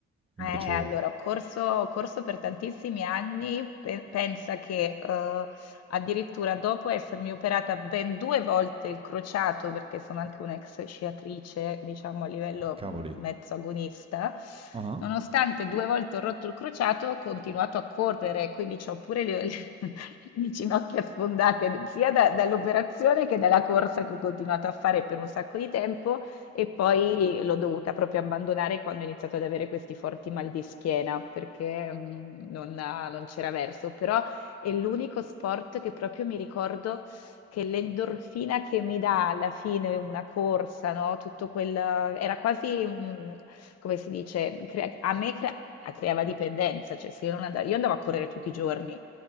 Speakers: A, on the right (about 20°); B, on the left (about 55°).
A: Invece,
B: Eh, allora, ho corso, ho corso per tantissimi anni, pe- pensa che eh, addirittura dopo essermi operata ben due volte il crociato, perché sono anche un'ex sciatrice, diciamo a livello
A: ah cavoli,
B: mm, mezzo agonista,
A: Ah-ah.
B: nonostante due volte ho rotto il crociato, ho continuato a correre, quindi ho pure le, le- <laughs> le ginocchia sfondate sia da- dall'operazione che dalla corsa che ho continuato a fare per un sacco di tempo. E poi l'ho dovuta proprio abbandonare quando ho iniziato ad avere questi forti mal di schiena perché mm, non, non c'era verso, però è l'unico sport che proprio mi ricordo che l'endorfina che mi dà alla fine una corsa, no? Tutto quel... era quasi, mm, come si dice, crea- a me crea- creava dipendenza, cioè se io non andavo, io andavo a correre tutti i giorni,